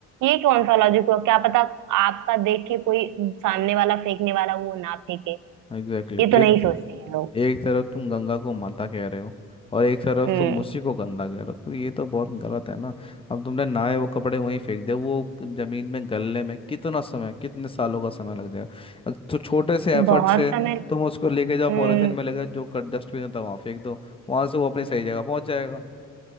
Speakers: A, on the right (about 80°); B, on the left (about 20°).
A: ये कौन सा लॉजिक हुआ क्या पता आपका देख के कोई सामने वाला फेंकने वाला वो ना फेंके
B: एग्जैक्टली
A: ये
B: exactly.
A: तो
B: एक
A: नहीं सोचते हैं लोग
B: एक तरफ तुम गंगा को माता कह रहे हो और एक तरफ
A: हम्म
B: तुम उसी को गंदा कह रहे हो तो ये तो बहुत गलत है ना अब तुमने नहाए वो कपड़े वहीं फेंक दे वो क- जमीन में गलने में कितना समय कितने सालों का समय लग जाएगा अग- तो छोटे से
A: बहुत
B: एफर्ट से
A: समय
B: तुम उसको लेके जाओ
A: हम्म
B: पॉलीथिन में लेके जाओ, जो डस्टबिन होता है तो वहाँ फेंक दो वहां से वो अपनी सही जगह पहुंच जाएगा